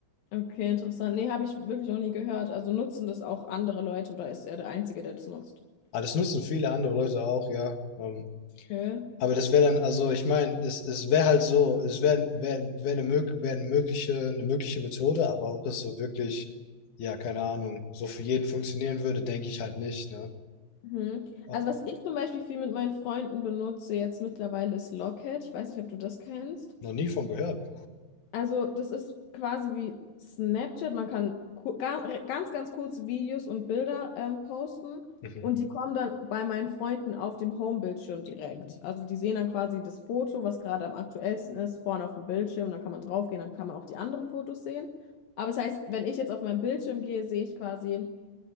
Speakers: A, on the left (about 75°); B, on the left (about 60°).
A: Okay, interessant. Nee, habe ich wirklich noch nie gehört. Also nutzen das auch andere Leute oder ist er der Einzige, der das nutzt?
B: Aber das nutzen viele andere Leute auch, ja. Ähm,
A: Okay.
B: aber das wäre dann, also ich meine, es, es wäre halt so, es wäre wär, wär eine, mög wär eine, mögliche, eine mögliche Methode, aber ob das so wirklich, ja, keine Ahnung, so für jeden funktionieren würde, denke ich halt nicht, ne?
A: Mhm.
B: Ah,
A: Also was ich zum Beispiel viel mit meinen Freunden benutze jetzt mittlerweile ist Locket. Ich weiß nicht, ob du das kennst.
B: noch nie von gehört.
A: Also, das ist quasi wie Snapchat. Man kann ku- ga- ganz, ganz kurze Videos und Bilder ähm, posten
B: Mhm.
A: und die kommen dann bei meinen Freunden auf dem Homebildschirm direkt. Also, die sehen dann quasi das Foto, was gerade am aktuellsten ist, vorne auf dem Bildschirm. Dann kann man draufgehen, dann kann man auch die anderen Fotos sehen. Aber das heißt, wenn ich jetzt auf meinen Bildschirm gehe, sehe ich quasi,